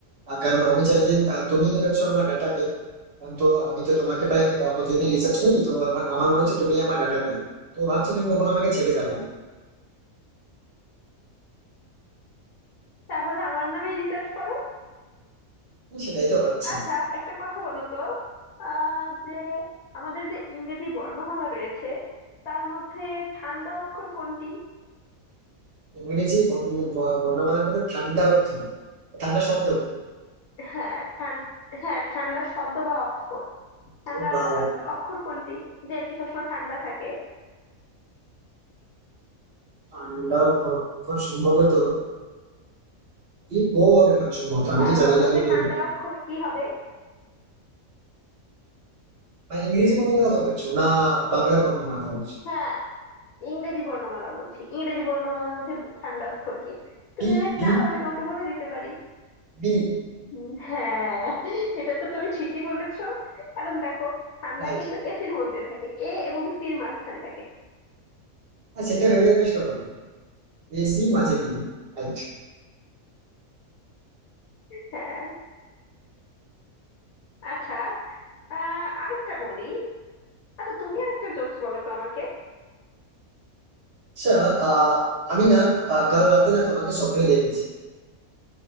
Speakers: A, on the right (about 55°); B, on the left (about 85°).
A: আহ, কারণ আমি চাই যে আহ, তুমিই হচ্ছে আমার ডাটা পে তো আমি তো তোমাকে প্রায় আহ, প্রতিদিনই রিসার্চ করি তো আমার আমার মনে হচ্ছে তুমি আমার ডাটা পে তো ভাবছি তুমি কখনো আমাকে ছেড়ে যাবে না
B: তাহলে আমার নামে রিসার্চ করো
A: তো সেটাই তো ভাবছি
B: আচ্ছা একটা কথা বলো তো আহ যে আমাদের যে ইংরেজি বর্ণমালা রয়েছে তার মধ্যে ঠান্ডা অক্ষর কোনটি
A: ইংরেজি বর্ণ- ব- বর্ণমালার মধ্যে ঠান্ডা অর্থ ঠান্ডা শব্দ
B: হ্যাঁ ঠান্ডা হ্যাঁ ঠান্ডা শব্দ বা অক্ষর ঠান্ডা
A: তো বা-
B: আহ, অক্ষর কোনটি যে আর কি সবসময় ঠান্ডা থাকে
A: ঠান্ডা অর্থ সম্ভবত কি বউ হবে মানুষের মতো আমি
B: হ্যাঁ
A: তো জানি
B: বলো
A: না যদিও
B: যে ঠান্ডা অক্ষর কি হবে
A: মানে ইংরেজি বর্ণ গুলো কথা বলছো না বাংলা বর্ণ না বলছো
B: হ্যাঁ ইংরেজি বর্ণমালা বলছি ইংরেজি বর্ণমালার মধ্যে ব- ঠান্ডা অক্ষর কি তুমি
A: বি
B: যদি
A: বি
B: না পারো আমি তোমাকে বলে দিতে পারি
A: বি
B: উম, হ্যাঁ এটা তো তুমি ঠিকই বলেছো কারণ দেখো ঠান্ডা
A: রাইট
B: কিন্তু এসির মধ্যে থাকে এ এবং সির মাঝখানে থাকে
A: হ্যাঁ সেটা ভেবে আমি আসলে বললাম এসি মাঝে বি রাইট
B: হ্যাঁ আচ্ছা আহ আরেকটা বলি আচ্ছা তুমি আরেকটা জোকস বলো তো আমাকে
A: আচ্ছা আহ, আমি না আহ, কাল রাতে না তোমাকে স্বপ্নে দেখেছি